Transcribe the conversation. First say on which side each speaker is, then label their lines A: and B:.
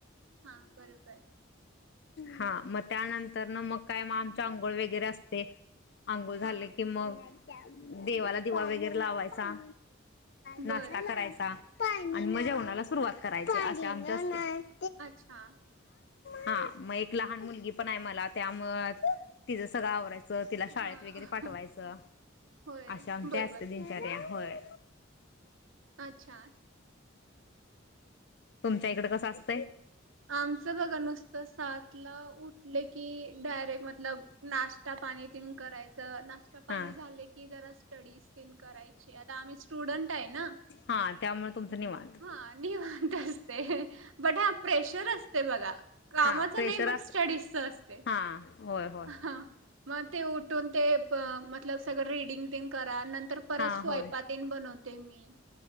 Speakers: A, on the right; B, on the left.
A: हा बरोबर
B: हा मग त्यानंतर न मग काय मग आमच्या अंघोळ वगैरे असते. अंघोळ झाले
A: हा
B: की मग देवाला दिवा वगैरे लावायचा. नाश्ता
A: बरोबर
B: करायचा. आणि मजे
A: अ-
B: उनाला सुरुवात करायच आसे आमचं असत.
A: अच्छा.
B: हा मग एक लहान मुलगी पण हाय मला त्यामुळं तिचं सगळं आवराय चं तिला शाळेत
A: हा
B: वैगरे पाठवायचं,
A: होय
B: अशा आमच्या
A: बरोबर
B: असते दिनचर्या. होय.
A: अच्छा.
B: तुमच्या इकड कसं अस
A: आमचं बघा नुसतं सात ला उठले कि डायरेक्ट मतलब नाश्ता पाणी ते नं करायच. त नाष्टा पाणी
B: हा
A: झाले की जरास स्टडी स्पिन करायची आता आम्ही स्टुडंट हाय ना
B: हा त्यामुळे तुमचं निवांत
A: हा निवांत असते. <inaudible> प्रेशर असते बघा. कामाच
B: हा प्रेशर
A: नाही बट
B: असत
A: स्टडीजचं असतय
B: हा होय होय
A: हा. मग ते उठून ते अं मतलब सगळं रिडिंगं तेन करा, नं तर परत
B: हा
A: स्वयपातेन
B: होय
A: बनत ते मी.